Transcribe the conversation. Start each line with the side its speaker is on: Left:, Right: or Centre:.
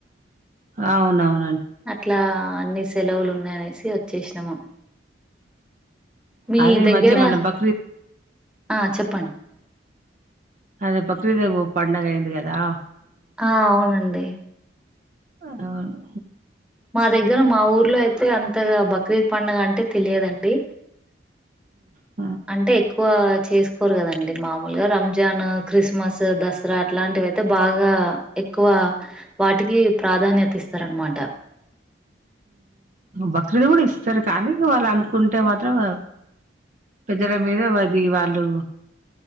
Right: అవునవును
Centre: అట్లా అన్ని సెలవులు మ సచ్చ చేసినామా మీ
Right: అదే
Centre: దగ్గర
Right: ఈ మధ్య మన బక్రీద్
Centre: ఆ చెప్పండి
Right: అదే బక్రీద్ పండగ అయింది కదా
Centre: ఆ అవునండి
Right: అవును
Centre: మా దగ్గర మా ఊర్లో అయితే అంతగా బక్రీద్ పండుగ అంటే తెలియదండి
Right: ఆ
Centre: అంటే ఎక్కువ చేసు కోరు కదండి మామూలుగా రంజాన్ క్రిస్మస్ దసరా అట్లాంటివి అయితే బాగా క్కువ వాటికి ప్రాధాన్యత ఇస్తార అనమా ట్ట
Right: బక్రీదు కూడా ఇస్తారు కానీ వాళ్ళు అనుకుంటే మాత్రం పెద్దల మీద అది వాళ్ళు